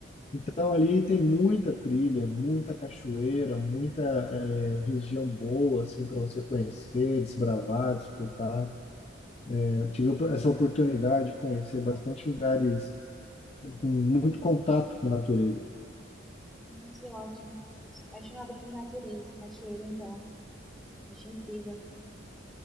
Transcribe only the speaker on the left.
Então, ali tem muita trilha, muita cachoeira, muita eh, região boa, assim, para você conhecer, desbravar, disputar. Eu tive opor- essa oportunidade de conhecer bastante lugares com muito contato com a natureza.